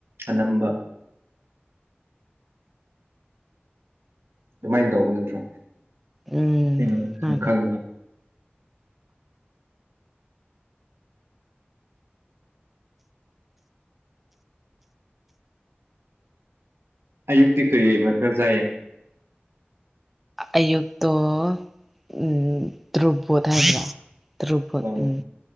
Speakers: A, on the right; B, in the centre.
A: ꯑꯅꯝꯕ ꯑꯗꯨꯃꯥꯏꯅ ꯇꯧꯕ ꯅꯠꯇ꯭ꯔꯣ
B: ꯎꯝ
A: ꯅ ꯁꯪꯈꯜ
B: ꯃꯥꯅꯤ
A: ꯑꯌꯨꯛꯇꯤ ꯀꯔꯤ ꯃꯊꯛ ꯆꯥꯏꯌꯦ
B: ꯑꯌꯨꯛꯇꯛꯇ ꯭ꯔꯨꯕꯣꯗ ꯍꯖ꯭ꯔ ꯇꯨꯕ
A: ꯑꯣ
B: ꯎꯝ